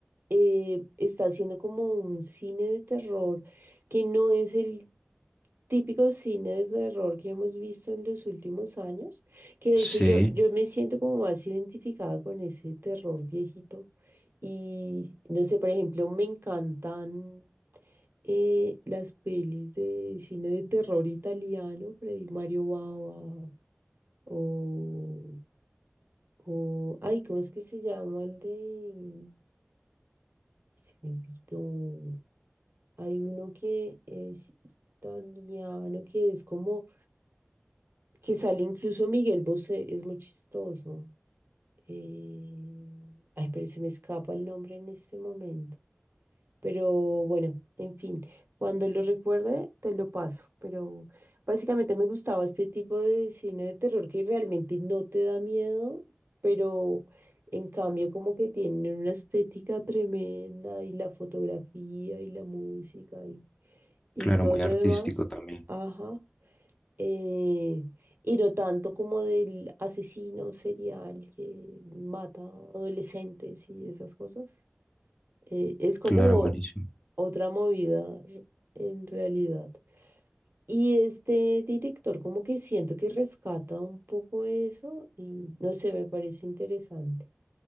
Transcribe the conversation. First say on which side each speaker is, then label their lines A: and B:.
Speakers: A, on the right (about 55°); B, on the left (about 20°).
A: eh, está haciendo como un cine de terror que no es el típico cine de terror que hemos visto en los últimos años, que de
B: sí,
A: hecho yo, yo me siento como más identificada con ese terror viejito. Y no sé, por ejemplo, me encantan eh, las pelis de cine de terror italiano, por ahí Mario Bava o... O, ay, ¿cómo es que se llama el de...? Ay, se me olvidó. Hay uno que es italiano, que es como... que sale incluso Miguel Bosé, es muy chistoso. Eh, Ay, pero se me escapa el nombre en este momento. Pero bueno, en fin, cuando lo recuerde te lo paso. Pero básicamente me gustaba este tipo de cine de terror que realmente no te da miedo, pero en cambio como que tiene una estética tremenda y la fotografía y la música y, y
B: claro,
A: todo
B: muy
A: lo
B: artístico
A: demás.
B: también.
A: Ajá. Eh, y no tanto como del asesino serial que mata adolescentes y esas cosas, eh, es como
B: Claro, buenísimo,
A: otra movida r- en realidad. Y este director como que siento que rescata un poco eso y no sé, me parece interesante.